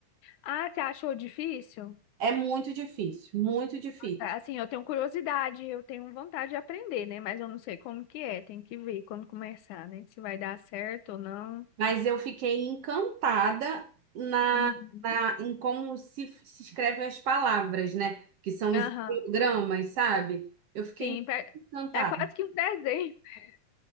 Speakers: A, on the left (about 75°); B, on the right (about 60°).
A: Ah, você achou difícil?
B: É muito difícil, muito difícil.
A: Ah, tá. Assim, eu tenho curiosidade, eu tenho vontade de aprender, né? Mas eu não sei como que é, tem que ver como começar, né? Se vai dar certo ou não.
B: Mas eu fiquei encantada na,
A: Uhum.
B: na- em como se, se escrevem as palavras, né? Que são
A: Aham,
B: os ideogramas, sabe? Eu fiquei
A: Sim,
B: muito
A: pa-
B: encantada.
A: é quase que um desenho. <laughs>